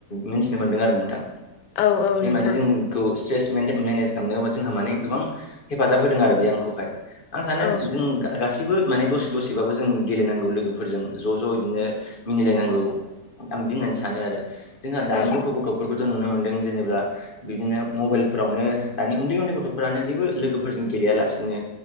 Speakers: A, on the left; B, on the left.
A: मिथिनो मोनदों आरो नोंथां।
B: औ औ
A: बे
B: नोंथां
A: माने जोंनि स्ट्रेस मेन मेनेज खालामनायावा जोंहा माने गोबां हेफाजाब होदों आरो बे आंखौहाय। आं सानो
B: औ
A: जों गा गासिबो माने दसे दसेबाबो जों गेलेनांगौ लोगोफोरजों ज' ज' बिदिनो मिनिलायनांगौ। आं बिदि होननानै सानो आरो जोंहा दानि
B: औ
A: गथ' गथ' फोरखौथ' नुनो मोनदों जेनेबा बिदिनो मबाइलफोरावनो दानि उन्दै उन्दै गथ'फ्रानो जेबो लोगोफोरजों गेलेयालासिनो